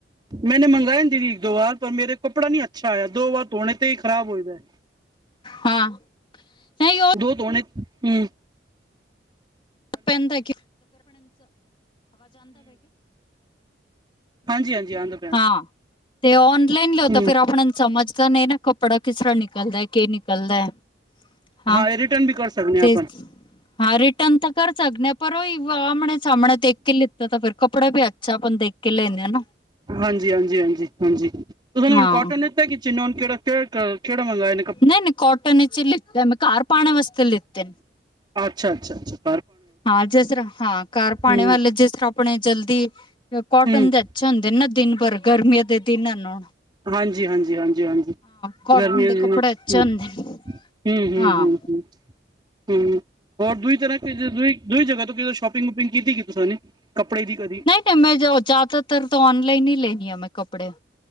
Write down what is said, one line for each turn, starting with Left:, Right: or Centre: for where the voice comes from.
Right: ਮੈਨੇ ਮੰਗਾਏ ਨ ਦੀਦੀ ਇੱਕ ਦੋ ਵਾਰ ਪਰ ਮੇਰੇ ਕੱਪੜਾ ਨੀ ਅੱਛਾ ਆਇਆ ਦੋ ਵਾਰ ਧੋਣੇ ਤੇ ਈ ਖਰਾਬ ਹੋਈ ਦਾ ਏ
Left: ਹਾਂ ਨਹੀਂ ਉਹ
Right: ਦੋ ਧੋਣੇ ਹੂੰ
Left: <unintelligible> ਪੈਂਦਾ ਕੇ
Right: ਹਾਂਜੀ-ਹਾਂਜੀ ਆਂਦਾ
Left: ਹਾਂ ਤੇ ਔਨਲਾਈਨ ਲਓ
Right: ਹਮ
Left: ਤਾ ਫੇਰ ਆਪਣਾ ਨੂੰ ਸਮਝ ਤਾ ਨਈ ਨਾ। ਕੱਪੜਾ ਕਿਸ ਤਰ੍ਹਾਂ ਨਿਕਲਦਾ ਏ ਕੇ ਨਿਕਲਦਾ ਏ। ਹਾਂ
Right: ਇਹ ਰਿਟਰਨ ਵੀ ਕਰ ਸਕਦੇ
Left: ਤੇ
Right: ਹਾਂ ਆਪਾਂ
Left: ਹਾਂ ਰਿਟਰਨ ਤਾਂ ਕਰ ਸਕਨੇ ਆ ਪਰ ਓਈ ਆਮਣੇ ਸਾਮਣੇ ਦੇਖ ਕੇ ਲਿੱਤਾ ਤਾਂ ਫਿਰ ਕੱਪੜਾ ਵੀ ਅੱਛਾ ਅਪਣ ਦੇਖ ਕੇ ਲੇਨੇ ਹਨਾ।
Right: ਹਾਂਜੀ-ਹਾਂਜੀ-ਹਾਂਜੀ-ਹਾਂਜੀ ਤੁਹਾਂ ਹੁਣ
Left: ਹਾਂ
Right: ਕੋਟਨ ਲਿਤਾ ਕਿ ਚੀਨੋਨ ਕੇੜਾ -ਕੇੜ ਕਲਰ ਕੇੜਾ ਮੰਗਇਆ।
Left: ਨਈ -ਨਈ ਕੌਟਨ ਇਚ ਲਿੱਤੇ ਮੈਂ ਘਰ ਪਾਣ ਵਸਤੇ ਲਿੱਤੇ।
Right: ਅੱਛਾ-ਅੱਛਾ-ਅੱਛਾ
Left: ਹਾਂ ਜੇਸ ਤਰ੍ਹਾਂ ਹਾਂ ਘਰ ਪਾਣੇ
Right: ਹਮ
Left: ਵਾਲੇ ਜੇਸ ਤਰ੍ਹਾਂ ਆਪਣੇ ਜਲਦੀ ਕੋਟਨ
Right: ਹਮ
Left: ਦੇ ਅੱਛੇ ਹੁੰਦੇ ਨਾ ਦਿਨ ਭਰ ਗਰਮੀਆਂ ਦੇ ਦਿਨਾਂ ਨੂੰ
Right: ਹਾਂਜੀ-ਹਾਂਜੀ-ਹਾਂ ਜੀ-ਹਾਂਜੀ
Left: ਕੋਟਨ
Right: ਗਰਮੀਆਂ ਦੇ
Left: ਕੱਪੜੇ
Right: ਦਿਨਾਂ 'ਚ
Left: ਅੱਛੇ
Right: ਉਂ-ਹੂੰ-ਹੂੰ-ਹੂੰ-ਹੁੰ
Left: ਹੁੰਦੇ ਨੇ ਹਾਂ
Right: ਹੂੰ ਹੋਰ ਦੂਈ ਤਰ੍ਹਾਂ ਦ ਦੂਈ ਜਗ੍ਹਾ ਤੋਂ ਕਿਦੇ ਸ਼ੋ ਪਿੰਗਪਿੰਗ ਕੀਤੀ ਕਿ ਤੁਸਾਂ ਨੇ ਕੱਪੜੇ ਦੀ ਕਦੀ
Left: ਐ ਮੈਂ ਜੋ ਜਆਦਾਤਰ ਤੋ ਔਨਲਾਈਨ ਹੀ ਲੇਨੀ ਆ ਮੈਂ ਕੱਪੜੇ